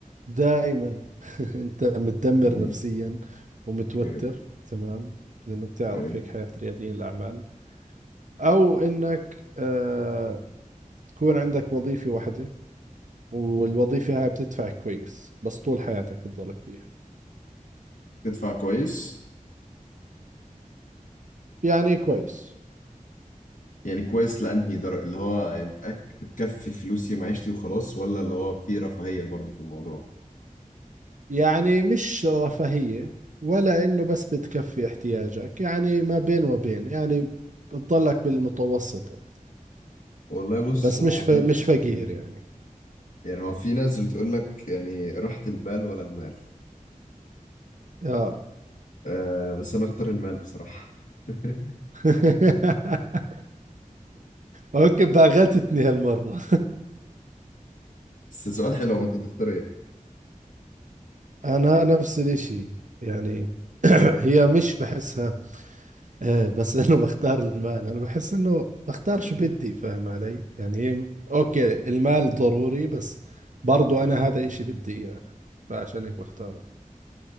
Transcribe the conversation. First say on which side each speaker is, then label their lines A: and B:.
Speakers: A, on the right; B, on the left.
A: دائما <laughs> أنت متدمر
B: مم،
A: نفسيا ومتوتر
B: اوكي
A: تمام لأنه بتعرف
B: اوكي
A: هيك حياة رياديين الأعمال أو إنك آه تكون عندك وظيفة واحدة والوظيفة هاي بتدفع كويس بس طول حياتك بتضلك فيها
B: تدفع كويس
A: يعني كويس
B: يعني كويس لأنهي درجة اللي هو بتأك- بتكفي فلوسي ومعيشتي وخلاص ولا اللي هو في رفاهية برضو في الموضوع
A: يعني مش رفاهية ولا إنه بس بتكفي احتياجك يعني ما بين وبين يعني بتضلك بالمتوسطة
B: والله بص
A: بس
B: هو
A: مش ف...
B: في
A: مش فقير
B: مم.
A: يعني
B: يعني هو في ناس بتقول لك يعني راحة البال ولا المال
A: آه
B: آه بس انا اختار المال بصراحة <laughs>
A: <laughs> أوكي باغتتني هالمرة
B: بس سؤال حلو هو انت تختار ايه
A: <laughs> أنا نفس الإشي يعني <clears throat> هي مش بحسها آه، بس <laughs> إنه بختار المال أنا بحس إنه بختار
B: مهم.
A: شو بدي فاهم علي يعني هي- أوكي المال ضروري بس برضو أنا هذا إشي بدي إياه فعشان هيك بختاره